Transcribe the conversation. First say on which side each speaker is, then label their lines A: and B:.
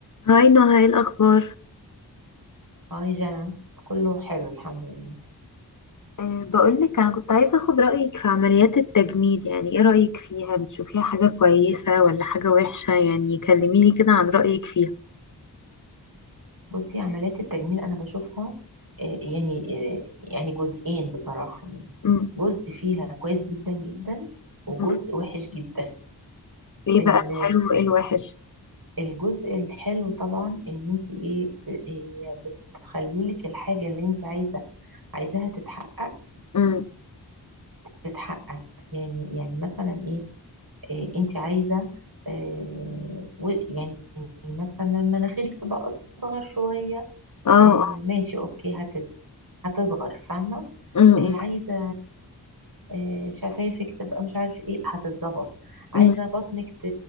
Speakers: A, on the left; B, on the right.
A: هاي نهى ايه الأخبار
B: هاي جنى كله حلو الحمد لله
A: أه بقولك أنا كنت عايزة أخد رأيك في عمليات التجميل يعني ايه رأيك فيها بتشوفيها حاجة كويسة ولا حاجة وحشة يعني كلميني كده عن رأيك فيها
B: بصي عمليات التجميل انا بشوفها آه، يعني آه، يعني جزئين بصراحة يعني
A: امم
B: جزء فيها كويس جدا جدا وجزء
A: مم.
B: وحش جدا
A: ايه
B: ال-
A: بقى الحلو وايه الوحش
B: الجزء الحلو طبعا ان انت ايه ب- هي بتخلي لك الحاجة اللي انت عايزة عايزاها تتحقق
A: امم
B: تتحقق يعني يعني مثلا ايه, إيه انت عايزة آه، و- يعني مثلا مناخيرك تبقى اصغر شوية
A: اه
B: آه، ماشي اوكي هت- هتصغر فاهمة
A: امم
B: آه، عايزة آه، شفايفك تبقى مش عارف ايه هتتظبط عايزة
A: امم
B: بطنك ت-